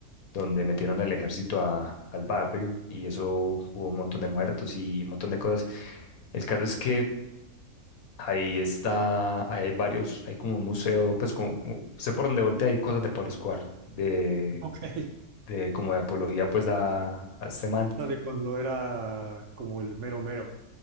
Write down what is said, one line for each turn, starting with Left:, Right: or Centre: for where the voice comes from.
Left: donde metieron al ejército a- al barrio y eso hubo un montón de muertos y un montón de cosas. El caso es que ahí está, ahí hay varios, hay como un museo, pues como, como- sé por dónde voltea, hay cosas de Pablo Escobar, de
Right: Ok. <laughs>
Left: de como de apología pues a, a este man.
Right: La de cuando era como el mero mero.